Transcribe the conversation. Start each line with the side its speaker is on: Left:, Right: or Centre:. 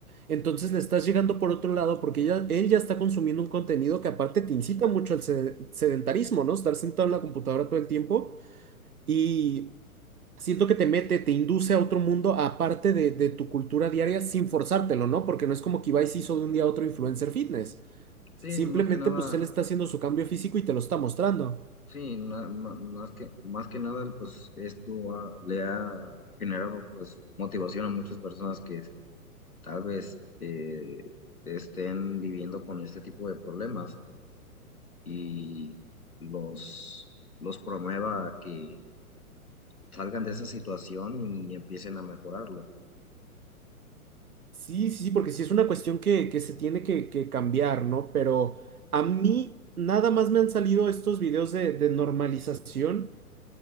Right: Entonces le estás llegando por otro lado porque ya, él ya está consumiendo un contenido que aparte te incita mucho al sede- sedentarismo, ¿no? Estar sentado en la computadora todo el tiempo y siento que te mete, te induce a otro mundo aparte de, de tu cultura diaria sin forzártelo, ¿no? Porque no es como que Ibai se hizo de un día a otro influencer fitness.
Left: Sí,
Right: Simplemente,
Left: más que nada.
Right: pues él está haciendo su cambio físico y te lo está mostrando.
Left: Sí, na- ma- más que, más que nada, pues esto ha- le ha generado pues motivación a muchas personas que tal vez eh, estén viviendo con este tipo de problemas y los, los promueva a que salgan de esa situación y empiecen a mejorarlo.
Right: Sí, sí, sí, porque sí es una cuestión que, que se tiene que, que cambiar, ¿no? Pero a mí nada más me han salido estos videos de, de normalización,